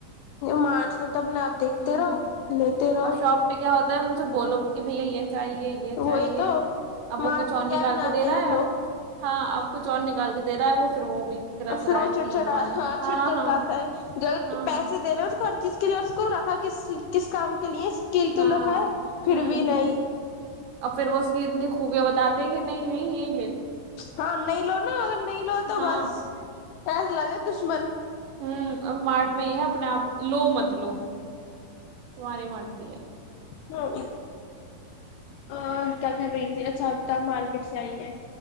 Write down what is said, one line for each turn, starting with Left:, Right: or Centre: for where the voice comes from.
Left: مارٹس میں تو اپنے آپ دیکھتے
Right: ہمم
Left: رہو لیتے رہو
Right: اور شاپ پہ کیا ہوتا ہے ان سے بولو کہ بھیا یہ چاہیے یہ چاہیے
Left: وہی تو
Right: اب
Left: مارٹ
Right: وہ کچھ
Left: میں
Right: اور نکال
Left: کیا اپنے
Right: کے
Left: آپ
Right: دے
Left: دیکھ
Right: رہا ہے
Left: لو
Right: ہاں آپ کچھ اور نکال کے دے رہا ہے وہ پھر وہ بھی رس
Left: پھر
Right: رہا
Left: وہ
Right: ہے
Left: چڑچڑا
Right: کہ یہ مانگا
Left: ہاں چڑ چڑ
Right: ہاں
Left: لاتا ہے جیسے اس
Right: ہاں
Left: کو پیسے دینے اس خر چیز کلیئرس کو رکھا کس کس کام کے لیے کے لے
Right: ہاں
Left: تو لکھا پھر
Right: ہوں
Left: بھی
Right: ہوں
Left: نہیں
Right: اور پھر وہ اس کی اتنی خوبیاں بتاتےیں گے نہیں نہیں یہ
Left: ہاں نہیں لو نا اگر نہیں لو تو
Right: ہاں
Left: بس ایسے لگے دشمن
Right: ہوں مارٹ میں یہ ہے اپنے آپ ل مت م لو تاری مرتی ہے
Left: ہاں ا کیا گھر رہ ا چ کا مارک اسی ہے